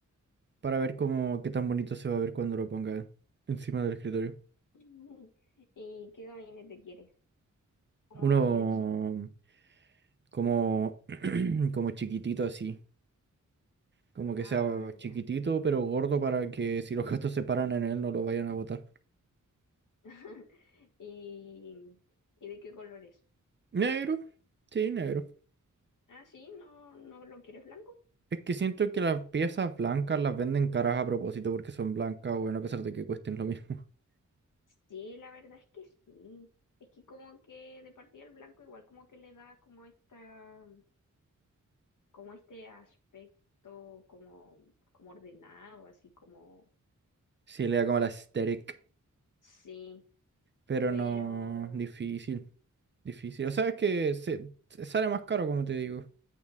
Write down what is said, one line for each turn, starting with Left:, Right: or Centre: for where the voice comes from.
Right: para ver cómo, qué tan bonito se va a ver cuando lo ponga encima del escritorio.
Left: <laughs> ¿Y qué gabinete quieres? ¿Cómo
Right: Uno
Left: de qué diseño?
Right: mm, como, <clears throat> como chiquitito así. Como que
Left: Ah,
Right: sea chiquitito
Left: ya.
Right: pero gordo para que si los gatos se paran en él no lo vayan a botar.
Left: <laughs> ¿Y, y de qué colores?
Right: Negro, sí, negro.
Left: Ah, sí, ¿no, no lo quieres blanco?
Right: Es que siento que las piezas blancas las venden caras a propósito porque son blancas, bueno, a pesar de que cuesten lo mismo. <laughs>
Left: Sí, la verdad es que sí. Es que como que de partida el blanco igual como que le da como esta, como este aspecto como, como ordenado, así como...
Right: Sí, le da como la aesthetic,
Left: Sí,
Right: pero
Left: Pero
Right: no, difícil, difícil. O sea, es que se, se sale más caro, como te digo.